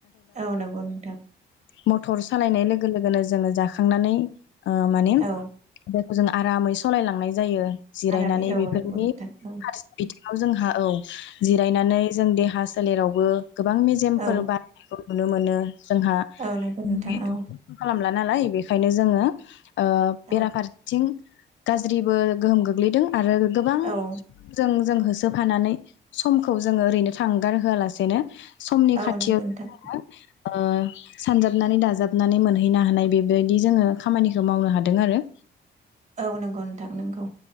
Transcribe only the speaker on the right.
औ नंगौ नोंथां।
औ
आरामै औ
नंगौ नोंथां औ
औ
औ नंगौ
नोंथां
औ
औ
औ
औ
नंगौ नोंथां
औ नंगौ नोंथां नोंगौ।